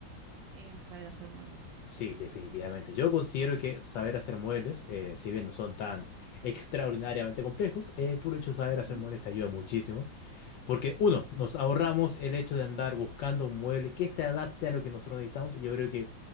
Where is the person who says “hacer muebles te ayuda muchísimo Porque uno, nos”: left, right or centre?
Left